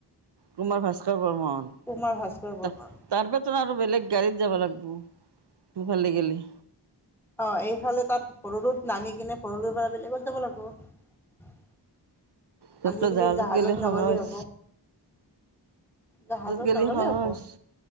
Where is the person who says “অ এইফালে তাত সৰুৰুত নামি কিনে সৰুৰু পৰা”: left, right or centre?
Centre